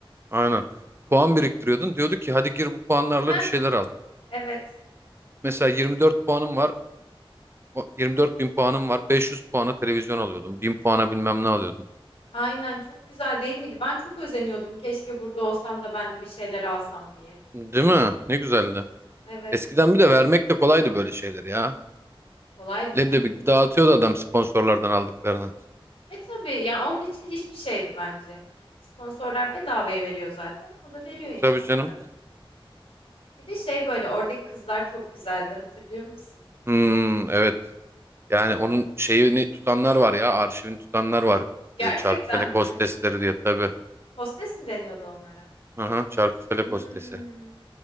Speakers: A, on the right; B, on the left.
A: Aynen. Puan biriktiriyordun. Diyordu ki hadi gir bu puanlarla
B: Heh,
A: bir şeyler al.
B: evet.
A: Mesela 24 puanım var. o- 24 bin puanım var. 500 puana televizyon alıyordun. bin puana bilmem ne alıyordun.
B: Aynen çok güzel değil miydi? Ben çok özeniyordum. Keşke burada olsam da ben de bir şeyler alsam diye.
A: Değil mi? Ne güzeldi.
B: Evet.
A: Eskiden bir de vermek de kolaydı böyle şeyler ya.
B: Kolaydı
A: Leblebi
B: canım.
A: gibi dağıtıyordu adam sponsorlardan aldıklarını.
B: E tabii ya onun için hiçbir şeydi bence. Sponsorlar bedavaya veriyor zaten. O da veriyor insanlara.
A: Tabii canım.
B: Bir de şey böyle oradaki kızlar çok güzeldi hatırlıyor musun?
A: Hmm, evet. Yani onun şeyini tutanlar var ya. Arşivini tutanlar var.
B: Gerçekten
A: E, Çarkıfelek
B: mi?
A: hostesleri diye tabii.
B: Hostes mi deniyordu onlara?
A: Aha, Çarkıfelek
B: Hmm.
A: hostesi.